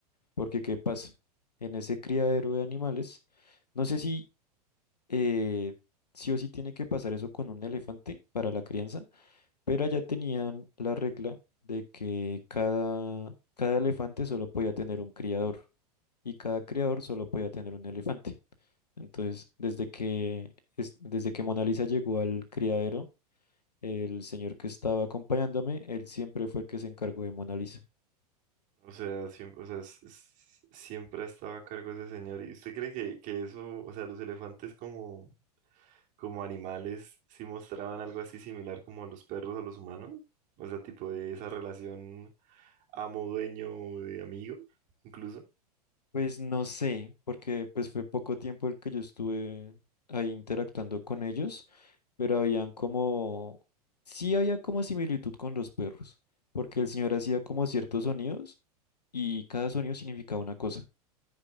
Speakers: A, on the left; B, on the right.
A: Porque, ¿qué pasa? En ese criadero de animales, no sé si eh, sí o sí tiene que pasar eso con un elefante para la crianza, pero allá tenían la regla de que cada, cada elefante solo podía tener un criador y cada criador solo podía tener un elefante. Entonces, desde que, es- desde que Mona Lisa llegó al criadero, el señor que estaba acompañándome, él siempre fue el que se encargó de Mona Lisa.
B: O sea, siempre, o sea, s- s- siempre ha estado a cargo ese señor. ¿Y usted cree que, que eso, o sea, los elefantes como, como animales, sí mostraban algo así similar como a los perros, a los humanos? O sea, tipo de esa relación amo-dueño de amigo, incluso.
A: Pues no sé, porque pues fue poco tiempo el que yo estuve ahí interactuando con ellos, pero habían como, sí había como similitud con los perros, porque el señor hacía como ciertos sonidos y cada sonido significaba una cosa,